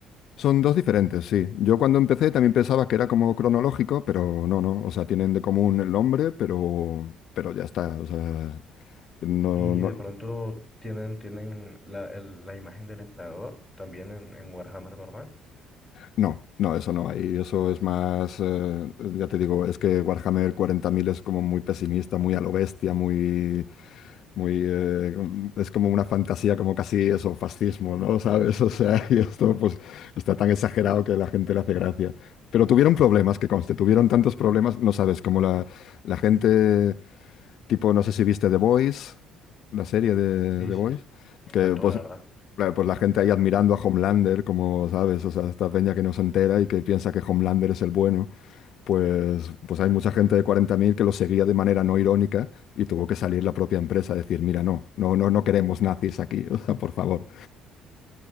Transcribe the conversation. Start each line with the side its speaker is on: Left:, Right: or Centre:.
Left: Son dos diferentes, sí. Yo cuando empecé también pensaba que era como cronológico, pero no, no. O sea, tienen de común el nombre, pero, pero ya está. O sea, no,
Centre: Y
Left: no,
Centre: de pronto tienen, tienen la, el- la imagen del empleador también en, en Warhammer normal.
Left: no, no, eso no hay. Eso es más, eh, ya te digo, es que Warhammer cuarenta mil es como muy pesimista, muy a lo bestia, muy Muy, eh, es como una fantasía, como casi eso, fascismo, ¿no? <laughs> ¿Sabes? O sea, <laughs> y esto pues está tan exagerado que la gente le hace gracia. Pero tuvieron problemas, que conste, tuvieron tantos problemas, no sabes, como la, la gente, tipo, no sé si viste The Boys, la serie de
Centre: Sí,
Left: The
Centre: Sí.
Left: Boys,
Centre: sí, me
Left: que
Centre: encantó,
Left: pues,
Centre: la verdad.
Left: la- pues la gente ahí admirando a Homelander, como, ¿sabes? O sea, esta peña que no se entera y que piensa que Homelander es el bueno pues, pues hay mucha gente de 40.000 que lo seguía de manera no irónica y tuvo que salir la propia empresa a decir, mira, no, no, no, no queremos nazis aquí, <laughs> o sea, por favor.